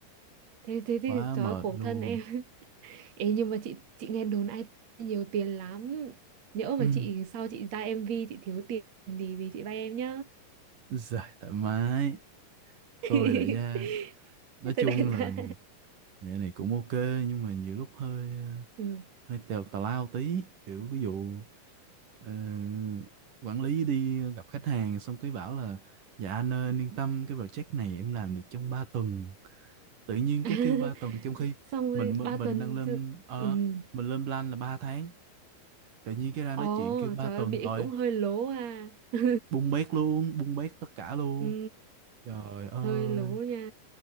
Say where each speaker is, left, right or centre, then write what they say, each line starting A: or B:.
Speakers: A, on the right (about 55°); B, on the right (about 70°).
A: thế thế thì
B: quá
A: trời
B: mệt
A: ơi, khổ
B: luôn
A: thân em <laughs> Ê, nhưng mà chị chị nghe đồn ai nhiều tiền lắm nhỡ
B: <laughs>
A: mà
B: ừ.
A: chị sau chị ra MV chị thiếu tiền thì thì chị vay em nhá
B: Dạ, thoải mái
A: <laughs>
B: tôi đại gia nói
A: tới
B: chung
A: đây ra,
B: là nghề này cũng ok nhưng mà nhiều lúc hơi ờ,
A: ừ.
B: hơi tèo tào lao tí kiểu ví dụ ờ, quản lý đi gặp khách hàng xong cái bảo là dạ anh ơi anh yên tâm cái project này em làm được trong ba tuần tự nhiên
A: <laughs>
B: cái kêu ba tuần trong khi
A: xong rồi
B: mình mình,
A: ba
B: mình
A: tuần
B: đang lên
A: chứ
B: ờ,
A: ừ.
B: mình lên plan là ba tháng tự nhiên cái ra
A: ồ
B: nói chuyện kêu 3
A: trời
B: tuần
A: ơi bị
B: rồi
A: cũng hơi lố à <laughs>
B: bung bét luôn bung bét tất cả luôn
A: ừ.
B: trời ơi
A: hơi lố nha